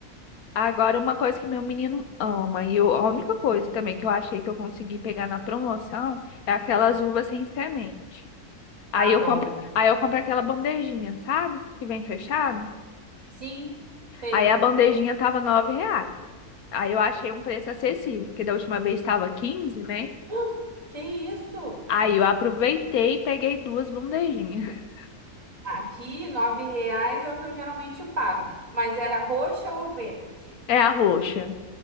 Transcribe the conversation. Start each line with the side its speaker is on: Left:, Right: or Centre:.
Left: Agora, uma coisa que meu menino ama, e eu- a única coisa também que eu achei que eu consegui pegar na promoção é aquelas uvas sem semente. Aí
Right: Adoro.
Left: eu compro, aí eu compro aquela bandejinha, sabe? Que vem fechado.
Right: Sim, sei.
Left: Aí a bandejinha tava nove reais. Aí eu achei um preço acessível, porque da última vez estava quinze né?
Right: <gasps> Ah, Que isso?
Left: Aí eu aproveitei e peguei duas bandejinhas. <laughs>
Right: Aqui, nove reais é o que eu geralmente pago. Mas era roxa ou verde?
Left: É a roxa.